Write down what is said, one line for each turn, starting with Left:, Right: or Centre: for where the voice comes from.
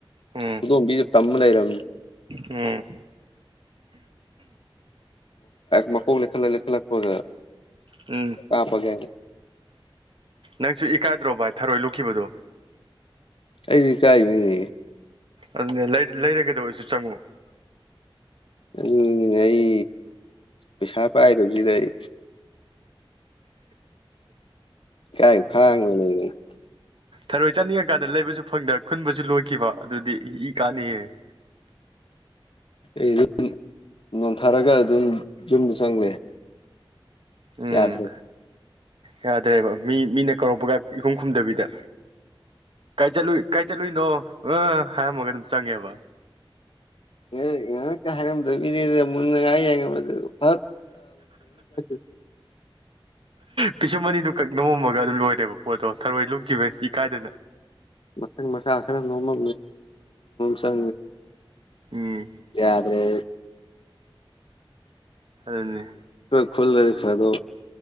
Right: ꯎꯝ
Left: ꯈꯨꯗꯣꯝꯕꯤꯁꯦ ꯇꯝꯃ ꯂꯩꯔꯕꯝꯅꯤ
Right: ꯎꯝ
Left: ꯃꯀꯣꯛꯅ ꯈꯜꯂꯛ ꯈꯜꯂꯛꯄꯒ
Right: ꯎꯝ
Left: ꯀꯥꯞꯄꯒꯦ
Right: ꯅꯪꯁꯨ ꯏꯀꯥꯏꯗ꯭ꯔꯣ ꯚꯏ ꯊꯔꯣꯏ ꯂꯨꯈꯤꯕꯗꯣ
Left: ꯑꯩꯗꯤ ꯏ ꯀꯥꯏ ꯃꯤꯅꯦ
Right: ꯑꯗꯨꯅꯦ ꯂꯩꯔꯒꯗꯕ ꯑꯣꯏꯁꯨ ꯆꯪꯉꯨ
Left: ꯎꯝ ꯑꯩ ꯄꯩꯁꯥ ꯄꯥꯏꯗꯕꯁꯤꯗ ꯑꯩ ꯀꯥꯏ ꯈꯥꯡꯒ ꯂꯩ ꯀ
Right: ꯊꯔꯣꯏ ꯆꯥꯅꯤꯡꯉꯀꯥꯟꯗ ꯂꯩꯕꯁꯨ ꯐꯪꯗ ꯈꯨꯟꯕꯁꯨ ꯂꯣꯏꯈꯤꯕ ꯑꯗꯨꯗꯤ ꯏ ꯀꯥꯅꯤꯍꯦ <inaudible>
Left: ꯑꯩ ꯑꯗꯨ ꯅꯣꯟꯊꯔꯒ ꯑꯗꯨꯝ ꯌꯨꯝꯗ ꯆꯪꯂꯦ
Right: ꯎꯝ
Left: ꯌꯥꯗ꯭ꯔꯔꯤ
Right: ꯌꯥꯗ꯭ꯔꯦꯕ ꯃꯤ ꯃꯤꯅ ꯀꯧꯔꯛꯄꯒ ꯏꯈꯨꯝ ꯈꯨꯝꯗꯕꯤꯗ ꯀꯥꯏ ꯆꯠꯂꯏ ꯀꯥꯏ ꯆꯠꯂꯨꯏꯅꯣ ꯑ ꯍꯥꯏꯔꯝꯃꯒ ꯑꯗꯨꯝ ꯆꯪꯉꯦꯕ
Left: ꯑꯦ ꯉ ꯀ ꯍꯔꯝ ꯕꯗ ꯃ <unintelligible>
Right: ꯄꯤꯁꯨꯝ ꯑꯅꯤꯗꯨ ꯀꯛ ꯅꯣꯃꯝꯃꯒ ꯑꯗꯨꯝ ꯂꯣꯏꯔꯦꯕ ꯄꯣꯠꯇꯣ ꯊꯔꯣꯏ ꯂꯨꯞꯈꯤꯕ ꯏ ꯀꯥꯏꯗꯅ
Left: ꯃꯊꯪ ꯃꯈ ꯅꯣꯡꯃ ꯆ
Right: ꯎꯝ
Left: ꯌꯥꯗꯔꯦ
Right: ꯑꯗꯨꯅꯦ
Left: ꯈꯨꯜꯂꯔꯤ ꯐꯥꯏꯗꯣ